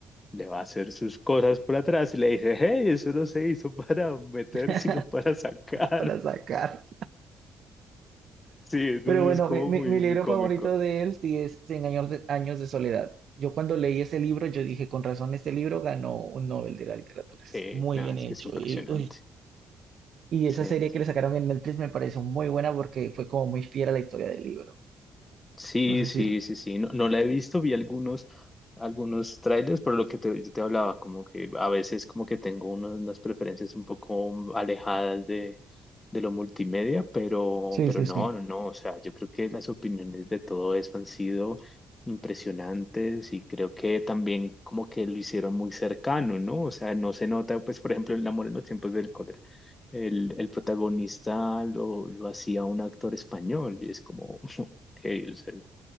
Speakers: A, on the left; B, on the right.
A: le va a hacer sus cosas por atrás y le dice, hey, eso no se hizo para meter,
B: <laughs>
A: sino para sacar.
B: Para sacar.
A: <laughs> Sí, entonces
B: Pero bueno,
A: es como
B: mi, mi-
A: muy,
B: mi libro
A: muy cómico.
B: favorito de él sí es Cien años de, años de soledad. Yo cuando leí ese libro, yo dije, con razón, este libro ganó un Nobel de la literatura. Es
A: Sí,
B: muy
A: nada,
B: bien
A: es
B: hecho.
A: que es impresionante.
B: Y uy, Y
A: Sí,
B: esa serie
A: sí.
B: que le sacaron en Netflix me pareció muy buena porque fue como muy fiel a la historia del libro.
A: Sí,
B: No sé
A: sí,
B: si...
A: sí, sí. No, no la he visto, vi algunos, algunos trailers, pero lo que te, yo te hablaba, como que a veces como que tengo uno- unas preferencias un poco alejadas de, de lo multimedia, pero,
B: Sí,
A: pero
B: sí,
A: no,
B: sí.
A: no, no. O sea, yo creo que las opiniones de todo eso han sido impresionantes y creo que también como que lo hicieron muy cercano, ¿no? O sea, no se nota, pues, por ejemplo, el amor en los tiempos del cólera. El, el protagonista lo, lo hacía un actor español y es como... <laughs> Ok, o sea,